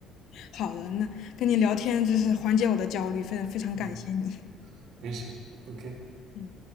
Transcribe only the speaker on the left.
好的，那跟你聊天就是缓解我的焦虑，非常非常感谢你。
嗯。